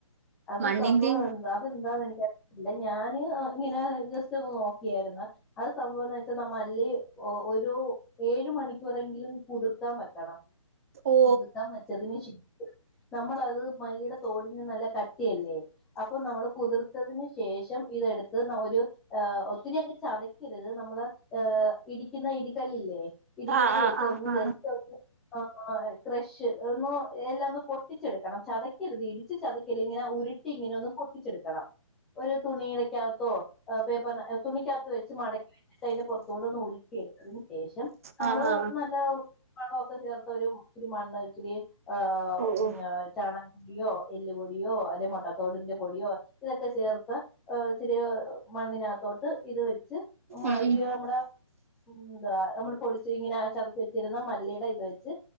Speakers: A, in the centre; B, on the right.
A: അത്
B: മണ്ണിന്റെ
A: സംഭവെന്താ അതെന്താന്നെനിക്ക ഇല്ല ഞാന് ഇങ്ങനെ ജസ്റ്റൊന്ന് നോക്കിയാര്ന്ന് അത് സംഭവംന്ന് വെച്ചാ മല്ലി ഒരു ഏഴ് മണിക്കൂറെങ്കിലും കുതിർ ക്കാൻ വെക്കണം
B: ഓ
A: കുത്ർത്താൻ വെച്ചതിന് ശേ നമ്മളത് മല്ലീടെ തോടിന് നല്ല കട്ടിയല്ലേ അപ്പൊ നമ്മള് കുതിർത്തതിന് ശേഷം ഇതെടുത്ത് ന ഒരു ആ ഒത്തിരി അങ്ങ് ചതക്കര്ത് നമ്മള് ഏ ഇടിക്കുന്ന ഇടികല്ലില്ലേ ഇടികല്ലീ
B: ആ ആ
A: വെച്ചൊന്ന്
B: ആ ആ
A: ജസ് ആഹ് ക്രഷ് ഒന്ന് എല്ലാവൊന്ന് പൊട്ടിച്ചെട്ക്കണം ചത ഇടിക്കര്ത് ഇടിച്ച് ചതക്കല്ല് ഇങ്ങനെ ഉരുട്ടി ഇങ്ങനെ ഒന്ന് പൊട്ടിച്ചെട്ക്കണം ഒരു തുണീടെക്കകത്തോ ആ പ്പേപർഞ്ഞാ തുണിക്കാത്ത് വെച്ച് മടിക്കി വെച്ച് ട്ടയ്ന്റെ പൊറ്ത്തൂടൊന്ന് ഉരുക്കിയെട്ത്തതിന് ശേഷം നമ്മള്
B: ആ ആ
A: നല്ല കടകൊക്കെ ചേർത്തൊരു ഇച്ചിരി മണ്ണുവിച്ചിരി ആഹ്
B: ഓ ഓ
A: ചാണകപ്പൊടിയോ എല്ല് പൊടിയോ അല്ലേ മൊട്ടത്തോടിന്റെ പൊടിയോ ഇതൊക്കെ ചേർത്ത് ഇച്ചിരി മണ്ണിനകത്തോട്ട് ഇത് വെച്ച് മയീ
B: ഉം ഉം
A: നമ്മടെ എന്താ നമ്മൾ പൊടിച്ച് ഇങ്ങനെ ചതച്ച് വെച്ചിര്ന്ന മല്ലീടെ ഇത് വെച്ച്